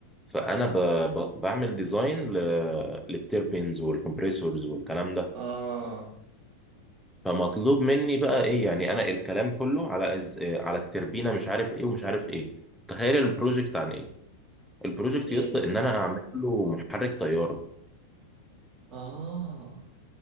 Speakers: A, in the centre; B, on the right.
A: فانا ب... ب... بعمل ديزاين ل... للتيربينز والكمبريسورز والكلام ده
B: آه
A: فمطلوب مني بقى ايه يعني انا الكلام كله على إز... آه، على التربينه مش عارف ايه ومش عارف ايه تخيل البروجكت عن ايه البروجكت
B: إيه
A: يسطا ان انا اعمل له محرك طياره
B: آه